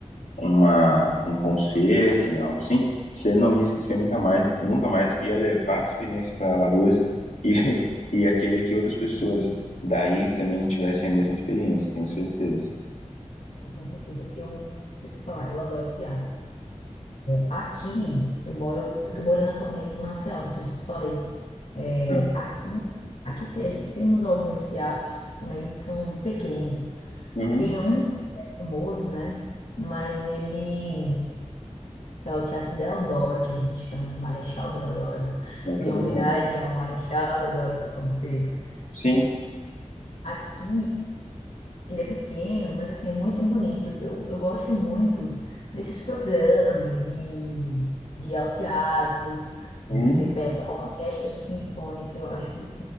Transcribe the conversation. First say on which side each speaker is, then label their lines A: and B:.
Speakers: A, on the left (about 85°); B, on the left (about 70°).
A: uma, um concerto, né, algo assim, você não ia esquecer nunca mais, nunca mais, ia levar a experiência para Alagoas e <laughs> ia querer que outras pessoas daí também tivessem a mesma experiência, tenho certeza.
B: Tá, Com certeza. Eu, deixa eu te falar, eu adoro teatro. Aqui, eu moro, eu tô morando atualmente em Maceió, não sei se te falei. É,
A: Não.
B: aqui, aqui te- a gente- temos alguns teatros, mas são pequenos.
A: Uhum.
B: Tem um que é famoso, né? Mas ele é o Teatro Deodoro, que a gente chama, Marechal Deodoro,
A: Eu acho
B: em
A: bom.
B: homenagem ao Marechal Deodoro da Fonseca.
A: Sim.
B: Aqui Ele é pequeno, mas assim, é muito bonito. Eu, eu gosto muito desses programas de, de ao teatro,
A: Uhum.
B: de ver peça, orquestra sinfônica, eu acho